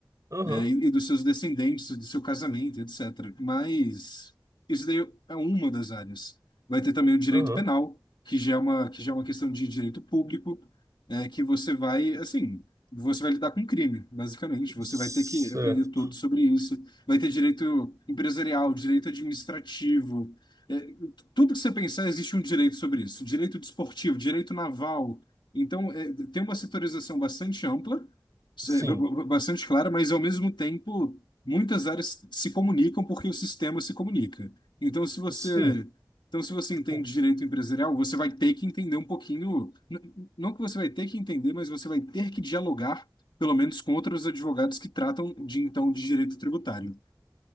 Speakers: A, on the right; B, on the left.
A: Aham,
B: é, e, e dos seus descendentes, do seu casamento, etc. Mas isso daí é uma das áreas. Vai ter também o direito
A: aham.
B: penal, que já é uma, que já é uma questão de direito público, é, que você vai, assim, você vai lidar com crime, basicamente. Você
A: Certo.
B: vai ter que aprender tudo sobre isso. Vai ter direito empresarial, direito administrativo. É, tudo que você pensar, existe um direito sobre isso. Direito desportivo, direito naval. Então, é, tem uma setorização bastante ampla, Sim,
A: Sim,
B: ba- ba- Bastante clara, mas ao mesmo tempo, muitas áreas se comunicam porque o sistema se comunica. Então, se você,
A: sim,
B: então, se você
A: tipo,
B: entende direito empresarial, você vai ter que entender um pouquinho, n- não que você vai ter que entender, mas você vai ter que dialogar, pelo menos com outros advogados que tratam de então de direito tributário